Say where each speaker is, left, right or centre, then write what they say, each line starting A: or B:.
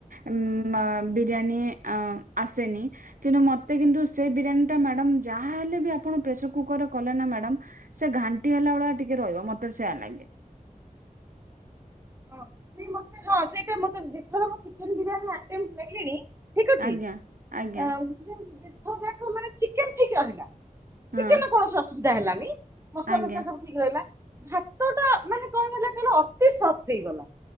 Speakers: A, on the right; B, on the right.
A: ଉଁ ମ ବିରିୟାନୀ ଅ ଆସେନି, କିନ୍ତୁ ମତେ କିନ୍ତୁ ସେଇ ବିରିୟାନୀ ଟା ମ୍ୟାଡ଼ମ୍ ଯାହା ହେଲେ ବି ଆପଣ ପ୍ରେସର୍ କୁକର୍ ରେ କଲେ ନା ମ୍ୟାଡ଼ମ୍ ସେ ଘାଣ୍ଟି ହେଲା ଭଳିଆ ଟିକେ ରହିବ ମତେ ସେୟା ଲାଗେ।
B: ହଁ ସେ ମତେ ହଁ ସେଇଟା ମତେ ଥର ମୁଁ ଚିକେନ ବିରିୟାନି ଆଟେମ୍ଟ୍ ନେଲିଣି ଠିକ୍ ଅଛି,
A: ଆଜ୍ଞା। ଆଜ୍ଞା
B: ଆ ଦି ଥର ଯାକ ମାନେ ଚିକେନ୍ ଠିକ୍ ରହିଲା
A: ହଁ
B: ଚିକେନ୍ ର କୌଣସି ଅସୁବିଧା ହେଲାନି, ମସଲା
A: ଆଜ୍ଞା
B: ଫସଲା ସବୁ ଠିକ୍ ରହିଲା, ଭାତଟା ମାନେ କଣ ହେଲା କହିଲ ଅତି ସଫ୍ଟ ହେଇଗଲା।